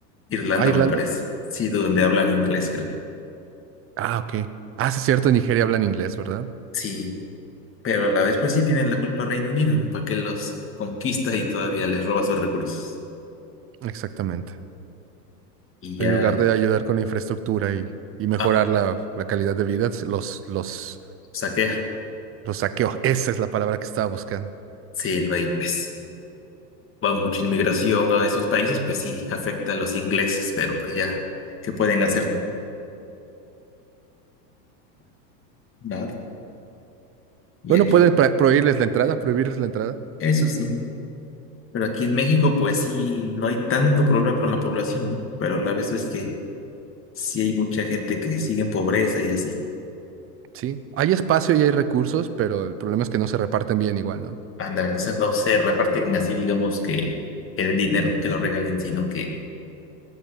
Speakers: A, on the left; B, on the right.
A: Irlanda
B: ¿Ah, Irlanda?
A: me parece, sí, donde hablan inglés, creo.
B: Ah, ok. Ah, sí, es cierto, en Nigeria hablan inglés, ¿verdad?
A: Sí, pero a la vez pues sí tienen la culpa Reino Unido, ¿no? Porque los conquista y todavía les roba sus recursos.
B: Exactamente.
A: Y ya,
B: En lugar de ayudar con la infraestructura y, y mejorar
A: ah,
B: la, la calidad de vida, se- los, los,
A: saquea.
B: los saqueó. Esa es la palabra que estaba buscando.
A: Sí, no, y pues va mucha inmigración a esos países, pues sí, afecta a los ingleses, pero pues ya, ¿qué pueden hacer, no? Nada. Y
B: Bueno,
A: aquí,
B: pueden pra- prohibirles la entrada, prohibirles la entrada.
A: eso sí, ¿no? Pero aquí en México pues sí, no hay tanto problema con la población, ¿no? Pero a la vez es que sí hay mucha gente que sigue en pobreza y así.
B: Sí, hay espacio y hay recursos, pero el problema es que no se reparten bien igual, ¿no?
A: Ándale, o sea, no se reparten así, digamos, que, que den dinero, que lo regalen, sino que,